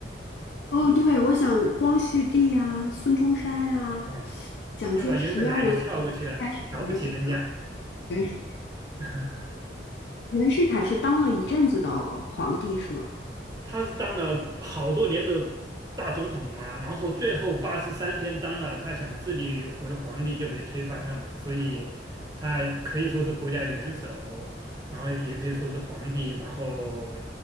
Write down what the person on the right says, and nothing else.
<laughs> 嗯，
就把袁世凯给跳过去了，
瞧不起人家。
<laughs>
他是当了好多年的大总统嘛，然后最后八十三天当了，他想自立为皇帝就被推翻了嘛，所以他可以说是国家元首，然后也可以说是皇帝，然后